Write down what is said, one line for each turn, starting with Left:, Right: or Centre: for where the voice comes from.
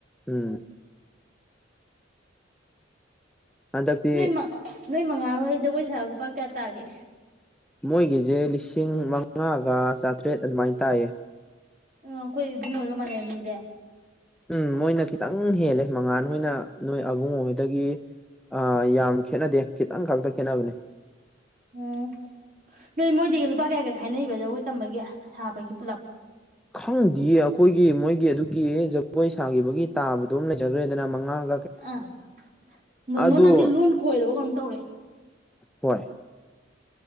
Centre: ꯎꯝ ꯍꯟꯗꯛꯇꯤ
Right: ꯅꯣꯏ ꯃꯥ ꯅꯣꯏ ꯃꯉꯥꯜ ꯍꯣꯏ ꯖꯒꯣꯏ ꯁꯥꯕ ꯂꯨꯄꯥ ꯀꯌꯥ ꯇꯥꯒꯦ
Centre: ꯃꯣꯏꯒꯤꯁꯦ ꯂꯤꯁꯤꯡ ꯃꯉꯥꯒ ꯆꯥꯇ꯭ꯔꯦꯠ ꯑꯗꯨꯃꯥꯏꯅ ꯇꯥꯏꯌꯦ
Right: ꯎꯝ ꯑꯈꯣꯏ ꯏꯕꯨꯡꯑꯣ ꯍꯣꯏꯒꯥ ꯃꯥꯟꯅꯩꯅꯦ ꯑꯗꯨꯗꯤ
Centre: ꯎꯝ ꯃꯣꯏꯅ ꯈꯤꯇꯪ ꯍꯦꯜꯂꯦ ꯃꯉꯥꯥꯟ ꯍꯣꯏꯅ ꯅꯣꯏ ꯑꯕꯨꯡꯉꯣ ꯍꯣꯏꯗꯒꯤ ꯑꯥ ꯌꯥꯝ ꯈꯦꯠꯅꯗꯦ ꯈꯤꯇꯪ ꯈꯛꯇꯥ ꯈꯦꯠꯅꯕꯅꯦ
Right: ꯎꯝ ꯅꯣꯏ ꯃꯣꯏꯗꯤ ꯂꯨꯄꯥ ꯀꯌꯥ ꯀꯌꯥ ꯈꯥꯏꯅꯩꯕ ꯖꯒꯣꯏ ꯇꯝꯕꯒꯤ ꯁꯥꯕꯒꯤ ꯄꯨꯂꯞ
Centre: ꯈꯪꯗꯤꯌꯦ ꯑꯈꯣꯏꯒꯤ ꯃꯣꯏꯒꯤ ꯑꯗꯨꯒꯤ ꯖꯒꯣꯏ ꯁꯥꯈꯤꯕꯒꯤ ꯇꯥꯕꯗꯣ ꯑꯃꯥ ꯂꯩꯖꯈ꯭ꯔꯦꯗꯅ ꯃꯡꯉꯥ
Right: ꯑꯥ ꯗꯣꯟ
Centre: ꯑꯗꯣ
Right: ꯗꯣꯟ ꯅꯪꯗꯤ ꯂꯣꯟ ꯈꯣꯏꯔꯕ ꯀꯩꯅꯣꯝ ꯇꯧꯔꯦ
Centre: ꯍꯣꯏ